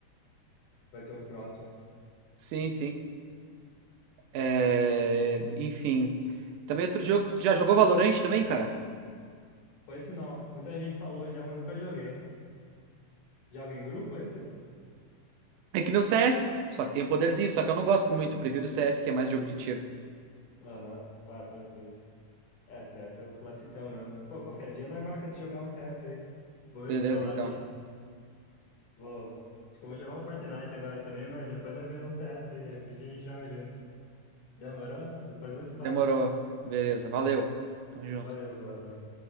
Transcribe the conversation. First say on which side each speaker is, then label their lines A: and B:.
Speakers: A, on the left; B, on the right.
A: que vai ser o próximo.
B: sim, sim. É... Enfim. Também outro jogo. Já jogou Valorant também, cara?
A: Foi esse não, muita gente falou já, mas nunca joguei. Joga em grupo esse?
B: É que nem o CS. Só que tem o poderzinho, só que eu não gosto muito. eu Prefiro o CS, que é mais jogo de tiro.
A: Aham, vai, pode crer. É, CS é o classicão mesmo. Pô, qualquer dia nós marca de jogar um CS aí. Vou ver
B: Beleza,
A: de instalar
B: então.
A: aqui. Vou. Acho que eu vou jogar um Fortnite agora também, mas depois nós vemos um CS aí, de repente a gente joga junto. Demorou? Depois nós se fala.
B: Demorou. Beleza, valeu. Tamo junto.
A: Valeu, boa noite.